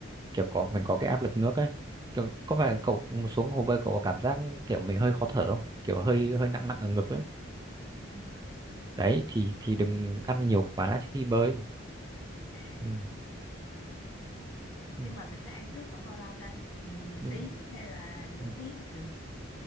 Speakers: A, on the right; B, on the left.
A: kiểu có mình có cái áp lực nước ấy kiểu, có
B: ừ
A: phải cậu xuống hồ bơi cậu có cảm giác kiểu mình hơi khó thở không kiểu hơi hơi nặng
B: ờ
A: nặng ở ngực ấy
B: ừ ừ
A: đấy thì thì đừng ăn nhiều quá khi bơi
B: à
A: ừ.
B: ok hiểu
A: ừ,
B: nhưng mà mình sẽ ăn trước khoảng bao lâu ta ừ,
A: ừ,
B: tiếng hay là nửa
A: ừ,
B: tiếng là được